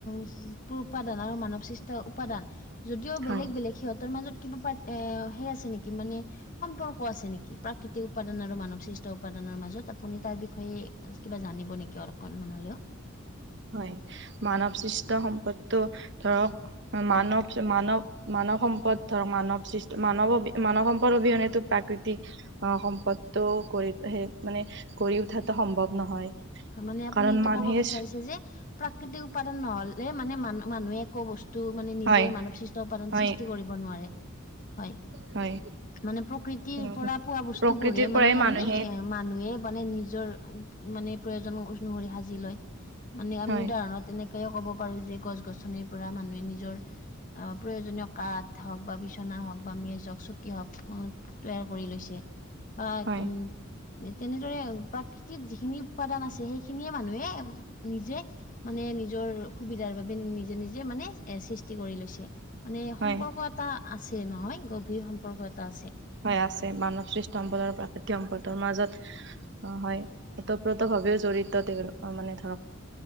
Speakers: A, on the left; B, on the right.
A: <unintelligible> আৰু মানৱসৃষ্ট উপাদান, যদিও বেলেগ-বেলেগ।
B: হয়
A: সিহঁতৰ মাজত কিবা পাৰ এ সেই আছে নেকি মানে সম্পৰ্ক আছে নেকি প্ৰাকৃতিক উপাদান আৰু মানৱ সৃষ্ট উপাদানৰ মাজত? আপুনি তাৰ বিষয়ে কিবা জানিব নেকি অকনমান হলেও
B: হয় মানৱ সৃষ্ট সম্পদটো ধৰক মানৱ মানৱ মানৱ সম্পদ ধৰক মানৱ সৃষ্ট মানৱ অবি মানৱ সম্পদ অবিহনেটো প্ৰাকৃতিক অ সম্পদটো গঢ়ি সে মানে গঢ়ি উঠাটো সম্ভৱ নহয়
A: মানে আপুনি
B: কাৰণ
A: এইটো
B: মানুহে
A: কব বিচাৰিছে যে প্ৰাকৃতিক উপাদান নহলে মানে মানু মানুহে একো বস্ স্তু মানে নিজে
B: হয়
A: মানৱ সৃষ্ট উপাদান
B: হয়
A: সৃষ্টি কৰিব নোৱাৰে হয়
B: হয়
A: মানে প্ৰকৃতিৰ
B: তেনেকুৱা
A: পৰা পোৱা বস্তুবোৰে
B: প্ৰকৃতিৰ পৰাই
A: মানে আমি
B: মানুহে
A: এ মানুহে মানে নিজৰ মানে প্ৰয়োজন অনুসৰি সাজি লয় মানে আমি
B: হয়
A: উদাহৰণত তেনেকে ক'ব পাৰো যে গছ গছনিৰ পৰা মানুহে নিজৰ আহ প্ৰয়োজনীয় কাঠ হক বা বিচনা হক বা মেজ হক, চকী হক তৈয়াৰ কৰি লৈছে বা
B: হয়
A: উম তেনেদৰে প্ৰাকৃতিক যিখিনি উপাদান আছে সেইখিনিয়ে মানুহে নিজে মানে নিজৰ সুবিধাৰ বাবে নিজে নিজে মানে এ সৃষ্টি কৰি লৈছে মানে
B: হয়
A: সম্পৰ্ক এটা আছে নহয় গভীৰ সম্পৰ্ক এটা আছে
B: হয় আছে মানৱ সৃষ্ট সম্পদৰ, প্ৰাকৃতিক সম্পদৰ মাজত অ হয় অতঃপ্ৰত ভাৱেও জড়িত তেও মানে ধৰক